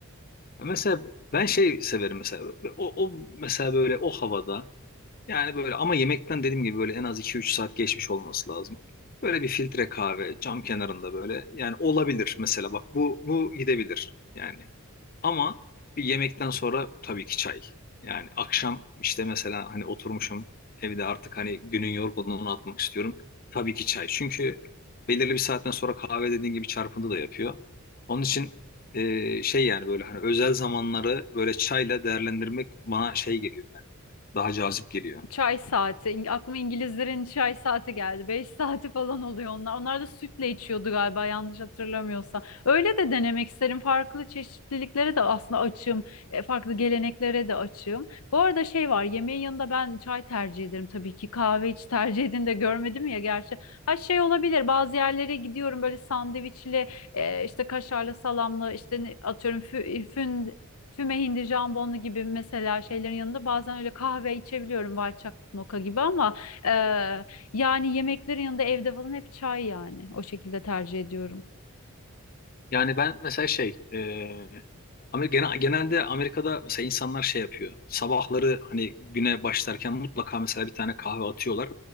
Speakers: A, on the left; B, on the left.
A: Mesela ben şey severim mesela. O, o mesela böyle o havada yani böyle ama yemekten dediğim gibi böyle en az iki üç saat geçmiş olması lazım. Böyle bir filtre kahve cam kenarında böyle yani olabilir mesela bak bu bu gidebilir yani. Ama bir yemekten sonra tabii ki çay. Yani akşam işte mesela hani oturmuşum evde artık hani günün yorgunluğunu atmak istiyorum. Tabii ki çay. Çünkü belirli bir saatten sonra kahve dediğin gibi çarpıntı da yapıyor. Onun için e, şey yani böyle hani özel zamanları böyle çayla değerlendirmek bana şey geliyor yani. Daha cazip geliyor.
B: Çay saati. İng- Aklıma İngilizlerin çay saati geldi. 5 saati falan oluyor onlar. Onlar da sütle içiyordu galiba yanlış hatırlamıyorsam. Öyle de denemek isterim. Farklı çeşitliliklere de aslında açığım. E, Farklı geleneklere de açığım. Bu arada şey var. Yemeğin yanında ben çay tercih ederim tabii ki. Kahve hiç tercih edin de görmedim ya gerçi. Ha şey olabilir. Bazı yerlere gidiyorum böyle sandviçli e, işte kaşarlı salamlı işte ne- atıyorum fü- fün füme hindi jambonlu gibi mesela şeylerin yanında bazen öyle kahve içebiliyorum white chocolate mocha gibi ama e, yani yemeklerin yanında evde falan hep çay yani. O şekilde tercih ediyorum.
A: Yani ben mesela şey e, ama gene- genelde Amerika'da mesela insanlar şey yapıyor. Sabahları hani güne başlarken mutlaka mesela bir tane kahve atıyorlar.